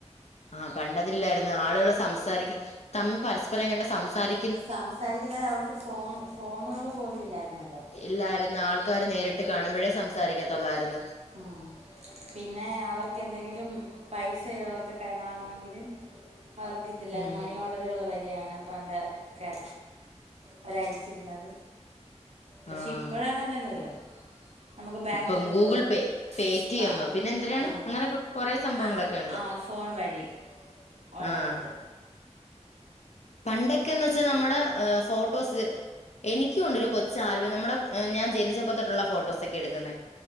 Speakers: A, on the left; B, on the right.
A: ആഹ് പണ്ടതില്ലായിരുന്നു ആളുകൾ സംസാരിക്കും തമ്മി പരസ്പരം കണ്ട് സംസാരി
B: സംസാരിക്കുന്നത് അവർക്ക് ഫോൺ ഫോണുകള് പോലും ഇല്ലായിരുന്നല്ലോ
A: ഇല്ലായിരുന്നു ആൾക്കാര് നേരിട്ട് കാണുമ്പോഴേ സംസാരിക്കത്തൊള്ളായിരുന്നു
B: ആഹ് പിന്നെ അവർക്ക് എന്തെങ്കിലും പൈസകൊക്കെ കൈമാറണങ്കിലും അവർക്ക് ഇതില്ലത
A: ഉം
B: മണിയോ റുകൾ വഴിയാണ് പണ്ടൊക്കെ അവരയച്ചിരുന്നത് പക്ഷെ
A: ആഹ്
B: ഇപ്പഴ് അങ്ങനെയല്ലല്ലോ നമുക്ക് ബാങ്കുകള്
A: ഇപ്പം ഗൂഗിൾ
B: വഴി
A: പേ പേടിഎം
B: ആഹ്‌
A: പിന്നെ എന്തിനാണ്
B: ആഹ്‌
A: അങ്ങനെയൊക്കെ കൊറേ സംഭവങ്ങളൊക്കെ
B: അങ്
A: ഉണ്ട്
B: ആ ഫോൺ വഴി ആളോളൊണ്ട്
A: ആഹ് പണ്ടൊക്കെന്ന് വെച്ചാ നമ്മള് ഫോട്ടോസ് എനിക്കുംണ്ടരു കൊച്ചു ആൽബം നമ്മുടെ ഞാ ജനിച്ചപ്പത്തോട്ടുള്ള ഫോട്ടോസൊക്കെ എടുക്കുന്ന